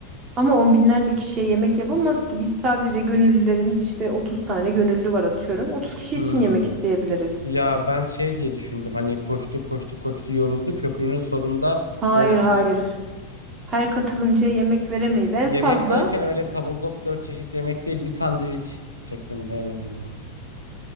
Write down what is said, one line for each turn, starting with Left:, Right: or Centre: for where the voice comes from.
Right: Ama on binlerce kişiye yemek yapamaz ki. Biz sadece gönüllülerimiz işte 30 tane gönüllü var atıyorum. 30 kişi
Left: Hmm.
Right: için yemek isteyebiliriz.
Left: Ya ben şey diye düşündüm hani koştu koştu koştu yoruldu köprünün sonunda
Right: Hayır
Left: böyle
Right: hayır.
Left: hani
Right: Her katılımcıya yemek veremeyiz. En
Left: yemek
Right: fazla
Left: derken öyle tabldot dört çeşit yemek değil bir sandviç şeklinde en azından.